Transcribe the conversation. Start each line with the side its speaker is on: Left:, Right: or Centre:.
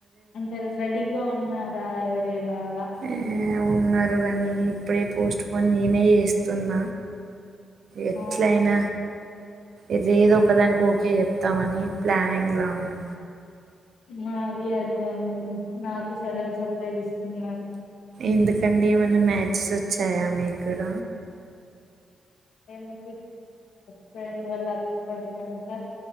Left: అంటే రెడీగ ఉన్నారా ఎవరైనా అల
Right: ఏ ఉన్నారు కాని ఇప్పుడే పోస్ట్ పోన్ నేనే చేస్తున్న ఎట్లయిన
Left: అవును
Right: ఇది ఏదో ఒకదానికి ఒకే చెప్తామని ప్లానింగ్ లో ఉన్నా.
Left: మా అది అదే ఉంది నాకు సడన్ సర్ప్రైజ్ ఇస్తున్నారు.
Right: ఎందుకండి ఏమన్నా మ్యాచెస్ వచ్చాయా మీకు కూడ?
Left: హేమ ఫ్రెండ్ వాళ్ళ క కొడుకంట